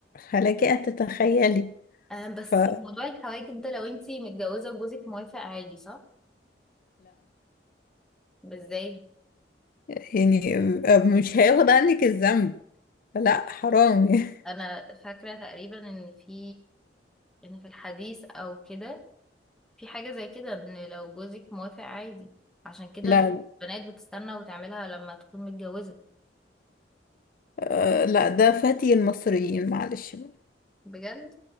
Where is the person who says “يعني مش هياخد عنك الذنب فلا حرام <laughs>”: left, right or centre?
Left